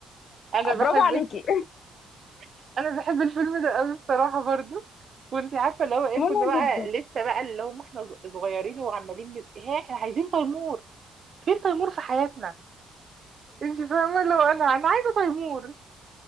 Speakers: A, on the right; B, on the left.
A: انا بحب
B: برافو عليكي
A: <laughs> انا بحب الفيلم ده قوي بصراحه برضو وانت عارفه اللي هو ايه
B: <laughs> مهم
A: كنا بقى
B: جدا
A: لسه بقى اللي هم احنا صغيرين وعمالين بت... ها احنا عايزين تيمور فين تيمور في حياتنا انت فاهمه اللي هو انا انا عايزه تيمور